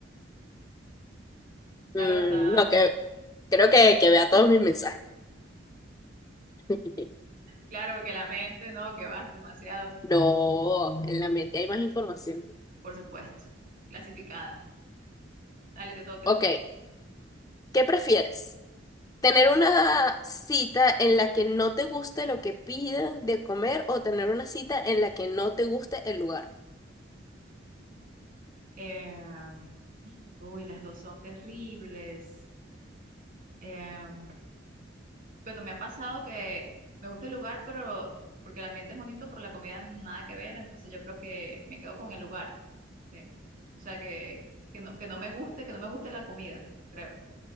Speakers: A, on the left; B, on the right.
A: Mm,
B: Taratata.
A: no, que creo que, que vea todos mis mensajes. <laughs>
B: Claro, porque la mente, no, que va demasiado,
A: No, en la mente hay más información.
B: por supuesto. Clasificada. Dale, te toca.
A: ok. ¿Qué prefieres? ¿Tener una cita en la que no te guste lo que pidan de comer o tener una cita en la que no te guste el lugar?
B: Eh, uy, las dos son terribles. Eh, bueno, me ha pasado que me gusta el lugar, pero porque el ambiente es bonito, pero la comida nada que ver, entonces yo creo que me quedo con el lugar. ¿sí? O sea, que, que no, que no me guste, que no me guste la comida, creo,